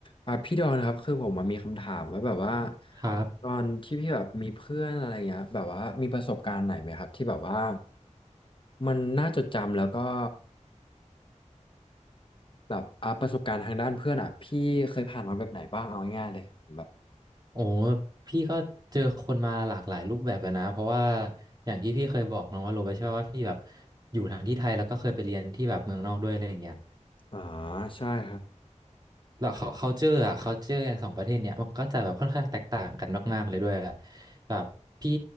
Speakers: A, on the left; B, on the right.
A: อ่ะพี่ดอนครับคือผมอะมีคำถามว่าแบบว่า
B: ครับ
A: ตอนที่พี่แบบมีเพื่อนอะไรเงี้ยแบบว่ามีประสบการณ์ไหนไหมครับที่แบบว่ามันน่าจดจำแล้วก็แบบอ่ะประสบการณ์ทางด้านเพื่อนอ่ะพี่เคยผ่านมาแบบไหนบ้างเอาง่ายๆเลยแบบ
B: โอ้พี่ก็เจอคนมาหลากหลายรูปแบบแล้วนะ เพราะว่าอย่างที่พี่เคยบอกน้องว่าโรไปใช่ไหมว่าพี่แบบอยู่ทั้งที่ไทยแล้วก็เคยไปเรียนที่แบบเมืองนอกด้วยอะไรอย่างเงี้ย
A: อ่าใช่ครับ
B: แล้วเขา culture อ่ะ culture อย่างสองประเทศเนี้ยมันก็จะแบบค่อนข้างแตกต่างกันมากๆเลยด้วยอะแบบพี่